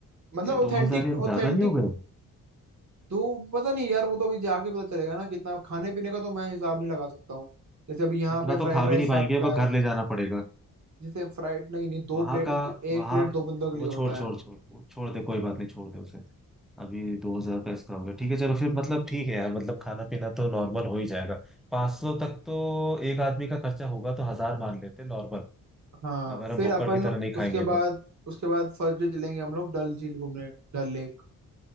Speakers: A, on the right (about 45°); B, in the centre.
A: मतलब
B: ये दो
A: ऑथेंटिक
B: हजार या ज्यादा
A: ऑथेंटिक
B: नहीं हो गए
A: तो पता नहीं यार वो तो अभी जाके पता चलेगा ना कितना खाने पीने का तो मैं हिसाब नहीं लगा सकता हूँ जैसे अभी यहाँ
B: उतना
A: पे फ्राइड
B: तो खा
A: राइस
B: भी नहीं
A: साठ
B: पाएंगे
A: का
B: अब
A: है
B: घर ले जाना पड़ेगा
A: जैसे फ्राइड नहीं नहीं दो
B: वहां
A: प्लेट
B: का वहां
A: एक प्लेट दो बंदों के लिए
B: वो
A: होता
B: छोड़ छोड़
A: है
B: छोड़ वो छोड़ दे कोई बात नहीं छोड़ दे उसे अभी दो हजार का इसका हो गया ठीक है चलो फिर मतलब ठीक है यार मतलब खाना पीना तो नॉर्मल हो ही जाएगा पाँच सौ तक तो एक आदमी का खर्चा होगा तो हजार मान लेते हैं नॉर्मल
A: हाँ
B: अगर हम
A: फिर
B: भुक्कड़
A: अपन
B: की तरह नहीं
A: उसके
B: खाएंगे तो
A: बाद उसके बाद फर्स्ट डे चलेंगे हम लोग डल झील घूमने डल लेक